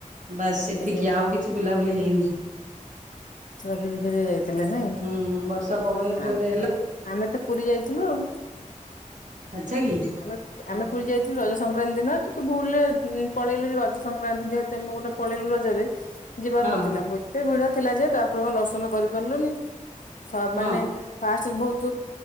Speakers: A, on the right; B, on the left.
A: ବାସ୍ ସେତିକି
B: ଆଜ୍ଞା
A: ଆଉ କିଛି ବୁଲାବୁଲି ହେଇନି।
B: ରଥଯାତ୍ରା ଯାଇଥିଲେ ନାଇଁ
A: ହୁଁ ବର୍ଷା ପବନ ଜୋରେ
B: ଆମେ ତ ପୁରୀ ଯାଇଥିଲୁ ଆଉ।
A: ଆଛା କି?
B: ଆମେ
A: ହଁ
B: ଆମେ ପୁରୀ ଯାଇ ରଜ ସଂକ୍ରାନ୍ତି ଦିନ ଟିକିଏଭୁଲ୍ ପଳେଇଲୁ ଯେ ରଜ ସଂକ୍ରାନ୍ତି ଯେହେତୁ ଆମେ ଗୋଟେଏ ପଳେଇଲୁ ରଜରେ। ଯିବାର
A: ହଁ
B: ନଥିଲା ଏତେ ଭିଡ ଥିଲା ଯେ ଠାକୁରଙ୍କଦର୍ଶନ କରିପାରିଲୁନି।
A: ହଁ
B: ମାନେ ଫାଷ୍ଟ ବହୁତ